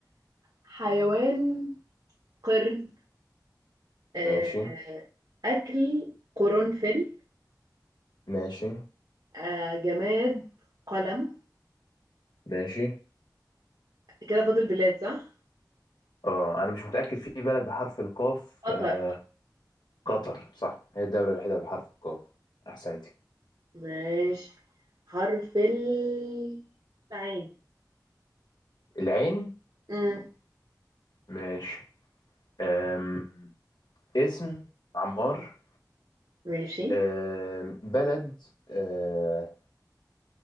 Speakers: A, on the right; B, on the left.
A: حيوان قرد
B: ماشي
A: آه، أكل قرنفل
B: ماشي
A: آه، جماد قلم
B: ماشي
A: كده فاضل بلاد صح؟
B: اه انا مش متاكد في بلد بحرف القاف
A: قطر
B: آه قطر صح هي الدوله الوحيده بحرف القاف احسنتي
A: ماشي حرف ال- العين
B: العين
A: مم.
B: ماشي أم... اسم عمار
A: ماشي
B: أم... بلد أم...